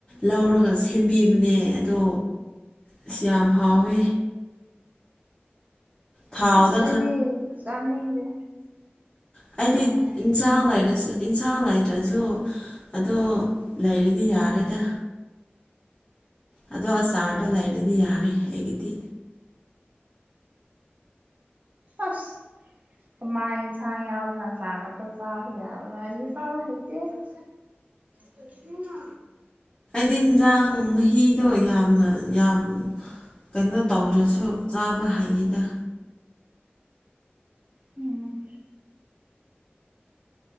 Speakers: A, on the left (about 20°); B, on the right (about 40°).
A: ꯂꯧꯔꯒ ꯁꯦꯝꯕꯤꯕꯅꯦ ꯑꯗꯣ ꯑꯁꯤ ꯌꯥꯝ ꯍꯥꯎꯋꯦ ꯊꯥꯎꯗ
B: ꯑꯁ ꯑꯩ ꯆꯥꯅꯤꯡꯗꯦ
A: ꯍꯥꯏꯗꯤ
B: ꯎꯝ
A: ꯏꯟꯁꯥꯡ ꯂꯩꯔꯁꯨ ꯌꯦꯟꯁꯥꯡ ꯂꯩꯇ꯭ꯔꯁꯨ ꯑꯗꯣ ꯂꯩꯔꯗꯤ ꯌꯥꯔꯦꯗ ꯑꯗꯣ ꯑꯆꯥꯔꯗꯣ ꯂꯩꯔꯗꯤ ꯌꯥꯔꯦ ꯑꯩꯒꯤꯗꯤ
B: ꯑꯁ ꯃꯥꯏ ꯆ ꯌꯥꯕ꯭ꯔꯥ ꯆꯥꯒꯗ ꯆꯥꯕ ꯌꯥꯎꯕ꯭ꯔꯥ ꯑꯩ ꯆꯥꯕ ꯍꯥꯏꯇꯦ ꯍꯧ ꯀ
A: ꯍꯥꯏꯗꯤ ꯍꯟꯖꯥꯡ ꯃꯍꯤꯗꯣ ꯌꯥꯝꯅ ꯌꯥꯝ ꯀꯩꯅꯣ ꯇꯧꯗ꯭ꯔꯁꯨ ꯆꯥꯕ ꯍꯩꯌꯦꯗ
B: ꯎꯝ